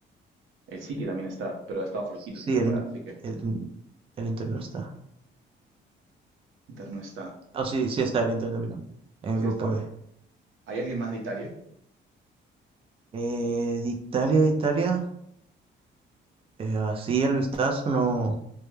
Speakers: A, on the right (about 80°); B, on the right (about 30°).
A: El City también está, pero ha estado flojito
B: Sí,
A: esta temporada,
B: el, In-
A: así que
B: el, el Inter no está.
A: Inter no está.
B: Ah, sí,
A: Sí,
B: sí está el Inter de Milán, en
A: sí
B: el grupo
A: está.
B: B.
A: ¿Hay alguien más de Italia?
B: Eh, de Italia, de Italia, eh, así al vistazo no,